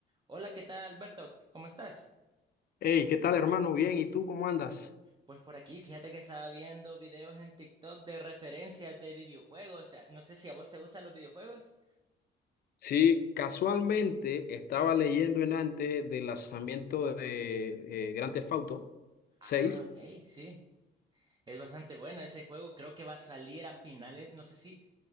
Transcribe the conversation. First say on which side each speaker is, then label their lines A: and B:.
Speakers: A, on the right; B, on the left.
A: Hola, ¿qué tal, Alberto? ¿Cómo estás?
B: Hey, ¿qué tal, hermano? Bien, ¿y tú cómo andas?
A: Pues por aquí, fíjate que estaba viendo videos en TikTok de referencias de videojuegos. O sea, no sé si a vos te gustan los videojuegos.
B: Sí, casualmente estaba leyendo en antes del lanzamiento de eh, Grand Theft Auto 6.
A: Ah, ok, sí. Es bastante bueno ese juego. Creo que va a salir a finales, no sé si